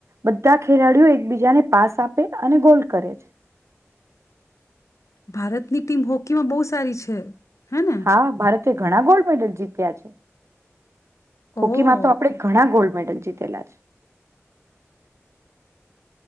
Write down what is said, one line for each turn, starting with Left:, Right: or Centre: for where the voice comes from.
Right: બધા ખેલાડીઓ એકબીજાને પાસ આપે અને ગોલ કરે છે.
Left: ભારતની ટીમ હોકીમાં બહુ સારી છે. હે ને
Right: હા ભારત એ ઘણા ગોલ્ડ મેડલ જીત્યા છે. હોકી
Left: ઓહ
Right: માં તો આપડે ઘણા ગોલ્ મેડલ જીતેલાજ.